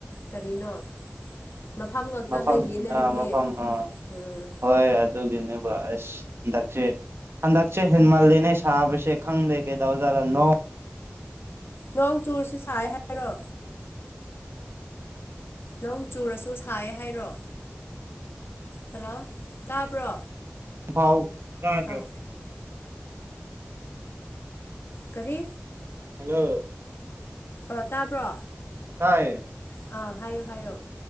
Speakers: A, on the left; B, on the right.
A: ꯀꯔꯤꯅꯣ ꯃꯐꯝ ꯉꯥꯛꯇ
B: ꯃꯐꯝ
A: ꯂꯩꯌꯦꯅꯦ
B: ꯑꯥ
A: ꯅꯪꯗꯤ
B: ꯃꯐꯝ ꯑꯥ
A: ꯎꯝ
B: ꯍꯣꯏ ꯑꯗꯨꯒꯤꯅꯦꯕ ꯑꯁ ꯍꯟꯗꯛꯁꯦ ꯍꯟꯗꯛꯁꯦ ꯍꯦꯟꯃꯂꯦꯅꯦ ꯁꯥꯕꯁꯦ ꯈꯪꯗꯦ ꯀꯩꯗꯖꯥꯠꯗ ꯅꯣ
A: ꯅꯣꯡ ꯆꯨꯔꯁꯤ ꯁꯥꯏ ꯍꯥꯏꯔꯣ ꯅꯪ ꯆꯨꯔꯁꯨ ꯁꯥꯏꯌꯦ ꯍꯥꯏꯔꯣ ꯍꯜꯂꯣ ꯇꯥꯕ꯭ꯔꯣ
B: ꯐꯥꯎ ꯌꯥꯥꯗ꯭ꯔꯣ
A: ꯑꯥ ꯀꯔꯤ
B: ꯍꯜꯂꯣ
A: ꯑ ꯇꯥꯕ꯭ꯔꯣ
B: ꯀꯥꯏ
A: ꯑ ꯍꯥꯏꯌꯣ ꯍꯥꯏꯌꯣ